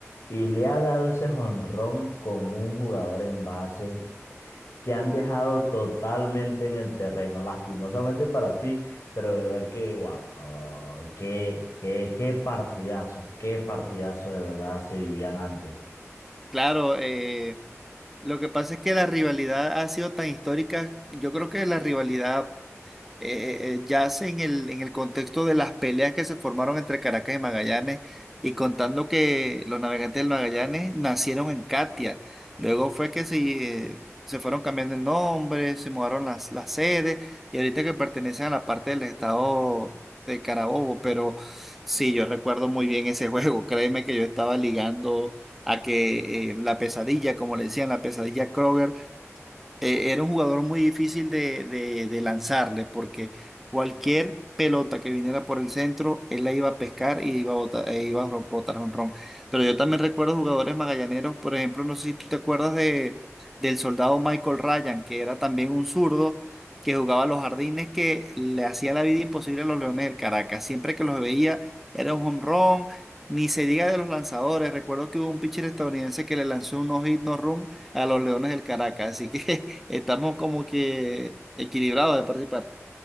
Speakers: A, on the left; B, in the centre.
A: Y le ha dado ese jonrón con un jugador en base que han dejado totalmente en el terreno, lastimosamente para ti, pero de verdad que, wow, wow, wow, wow, qué, qué, qué partidazo, qué partidazo de verdad se vivían antes.
B: Claro, eh, Lo que pasa es que la rivalidad ha sido tan histórica, yo creo que la rivalidad eh, eh, yace en el, en el contexto de las peleas que se formaron entre Caracas y Magallanes, y contando que los navegantes del Magallanes nacieron en Catia. Luego fue que se, eh, se fueron cambiando el nombre, se mudaron las, las sedes, y ahorita que pertenecen a la parte del estado de Carabobo. Pero sí, yo recuerdo muy bien ese <laughs> juego. Créeme que yo estaba ligando a que eh, la pesadilla, como le decían, la pesadilla Kroger eh, era un jugador muy difícil de, de- de lanzarle porque cualquier pelota que viniera por el centro, él la iba a pescar y iba a botar, e iba a ro- botar jonrón. Pero yo también recuerdo jugadores magallaneros, por ejemplo, no sé si tú te acuerdas de, del soldado Michael Ryan, que era también un zurdo que jugaba a los jardines, que le hacía la vida imposible a los Leones del Caracas. Siempre que los veía era un jonrón. Ni se diga de los lanzadores. Recuerdo que hubo un pitcher estadounidense que le lanzó un no-hit, no-run a los Leones del Caracas. Así que Estamos como que equilibrados de parte y parte.